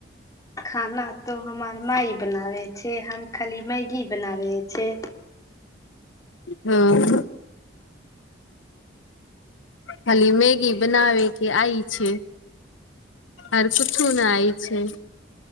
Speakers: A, on the left (about 20°); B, on the left (about 85°).
A: खाना तो हमार माय बनावे छैय हम खाली मैगी बनावे छैय।
B: हँ खाली मैगी बनावे के आइ छैय। आर किछो नहि आइ छैय।